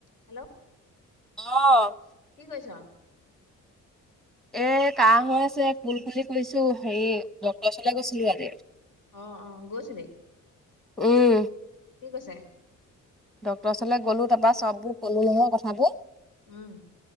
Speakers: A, on the left; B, in the centre.
A: হেল্ল'।
B: অ'।
A: কি কৰিছ?
B: এ, কাহ হৈ আছে, কুল কুলি কৰিছোঁ, হেই ডক্ট ওচৱলে গৈছিলোঁ আজি।
A: অ', অ' গৈছিলি?
B: উম।
A: কি কৈছে?
B: ডক্টৰ ওচৰলে গ'লো, তাপা চববো ক'লো নহয় কথাবোৰ।
A: উম।